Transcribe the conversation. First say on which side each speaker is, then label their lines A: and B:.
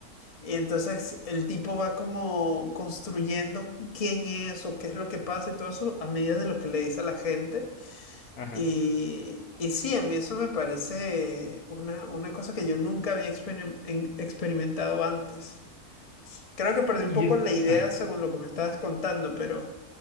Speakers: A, on the left (about 30°); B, on the left (about 80°).
A: Y entonces el tipo va como construyendo quién es o qué es lo que pasa y todo eso a medida de lo que le dice a la gente.
B: ajá.
A: Y, y sí, a mí eso me parece una, una cosa que yo nunca había experim- en- experimentado antes. Creo que perdí
B: Y
A: un poco
B: es,
A: la idea
B: ajá.
A: según lo que me estabas contando, pero